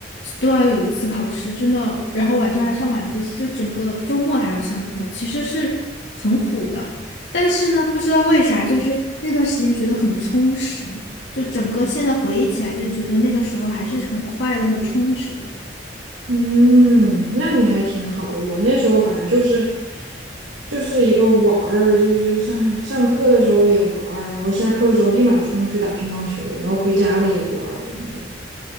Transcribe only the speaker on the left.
都要有一次考试，真的，然后晚上还上晚自习，就整个周末还要上课，其实是很苦的。但是呢，不知道为啥，就是那段时间觉得很充实，就整个现在回忆起来，就觉得那个时候还是很快乐、很充实的。